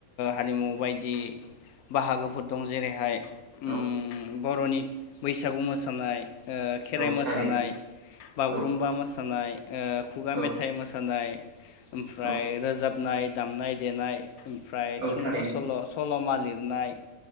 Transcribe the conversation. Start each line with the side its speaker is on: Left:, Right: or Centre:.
Left: हारिमु बायदि बाहागोफोर दं जेरैहाय उम
Right: औ।
Left: बर'नि बैसागु मोसानाय खेराइ
Right: औ
Left: मोसानाय
Right: थारैनो
Left: बागुरुम्बा
Right: औ
Left: मोासा नाय ओ खुगा
Right: औ
Left: मेथाइ मोसानाय ओमफ्राय
Right: औ
Left: रो नाय दाबनाय दामनाय देनाय ओमफ्राय
Right: औ
Left: सुंद'
Right: थारैनो
Left: सल', सल'मा लिरनाय